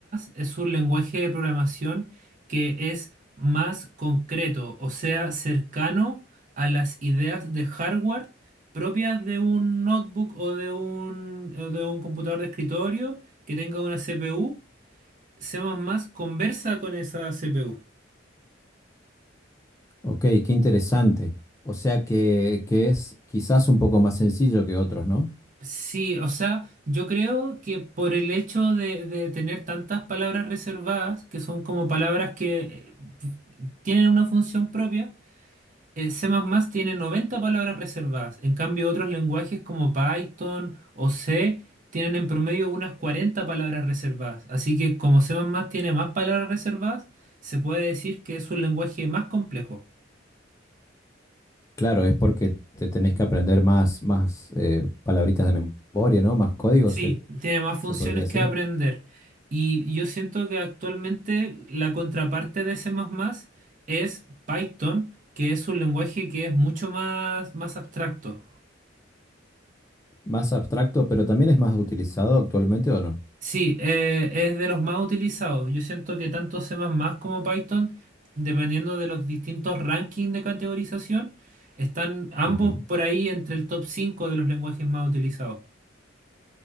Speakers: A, on the right; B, on the left.
A: es un lenguaje de programación que es más concreto, o sea, cercano a las ideas de hardware propias de un notebook o de un, o de un computador de escritorio que tenga una CPU. C++ conversa con esa CPU.
B: Ok, qué interesante. O sea que, que es quizás un poco más sencillo que otros, ¿no?
A: Sí, o sea, yo creo que por el hecho de, de tener tantas palabras reservadas, que son como palabras que eh, tienen una función propia, eh, C++ tiene 90 palabras reservadas. En cambio, otros lenguajes como Python o C tienen en promedio unas 40 palabras reservadas. Así que como C++ tiene más palabras reservadas, se puede decir que es un lenguaje más complejo.
B: Claro, es porque te tenés que aprender más, más eh, palabritas de memoria, ¿no? Más códigos,
A: Sí,
B: se,
A: tiene más funciones
B: se podría decir.
A: que aprender. Y yo siento que actualmente la contraparte de C++ es Python, que es un lenguaje que es mucho más, más abstracto.
B: Más abstracto, pero también es más utilizado actualmente, ¿o no?
A: Sí, eh, es de los más utilizados. Yo siento que tanto C++ como Python, dependiendo de los distintos rankings de categorización, están ambos
B: Ujú.
A: por ahí entre el top 5 de los lenguajes más utilizados.